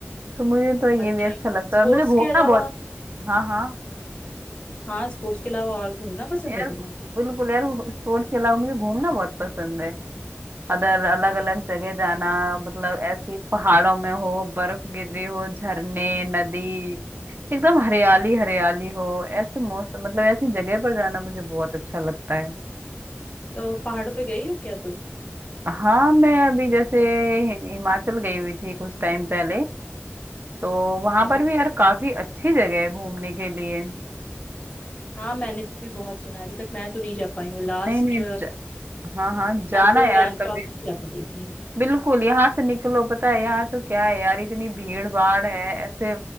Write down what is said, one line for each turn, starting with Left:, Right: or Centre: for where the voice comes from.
Right: तो मुझे तो
Left: अच्छा
Right: ये भी अच्छा लगता
Left: स्पोर्ट्स
Right: है और मुझे घूमना
Left: के अलावा
Right: बहुत हाँ हाँ
Left: हाँ स्पोर्ट्स के अलावा और घूमना पसंद
Right: यार
Left: है तुम्हें
Right: बिल्कुल यार स्पोर्ट्स के अलावा मुझे घूमना बहुत पसंद है अदर अलग अलग जगह जाना मतलब ऐसी पहाड़ों में हो बर्फ गिर रही हो झरने नदी एकदम हरियाली हरियाली हो ऐसे मौसम मतलब ऐसी जगह पर जाना मुझे बहुत अच्छा लगता है
Left: तो पहाड़ों पे गई हो क्या तुम
Right: हाँ मैं अभी जैसे हि- हिमाचल गई हुई थी कुछ टाइम पहले तो वहां
Left: अरे
Right: पर भी यार काफी अच्छी जगह है घूमने के लिए
Left: हाँ मैंने भी बहुत सुना है। अभी तक मैं तो नहीं जा पाई हूँ लास्ट
Right: नहीं नहीं ज... हाँ हाँ जाना
Left: मैं तो
Right: यार
Left: गैंगटॉक
Right: कभी
Left: ही जा पाई थी
Right: बिल्कुल यहाँ से निकलो पता है यहाँ तो क्या है यार इतनी भीड़ भाड़ है ऐसे